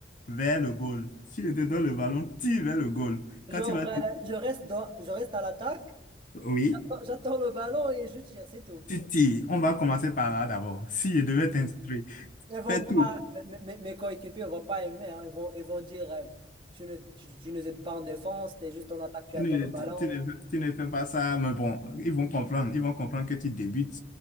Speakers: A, on the left; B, on the right.
A: vers le goal. Si je te donne le ballon, tire vers le goal. Quand
B: genre,
A: tu vas...
B: euh, je reste dans, je reste à l'attaque,
A: Oui,
B: j'attends le ballon et je tire, c'est tout.
A: tu tires. On va commencer par là d'abord. Si je devais t'instruire,
B: Ils vont
A: fais
B: pas,
A: tout.
B: mes, mes- mes coéquipiers ne vont pas aimer. hein. Ils vont, ils vont dire euh, tu ne, tu, tu nous aides pas en défense, tu es juste en attaque, tu
A: Tu
B: attends
A: ne,
B: le
A: tu-
B: ballon.
A: tu ne- tu ne fais pas ça, mais bon, ils vont comprendre. Ils vont comprendre que tu débutes.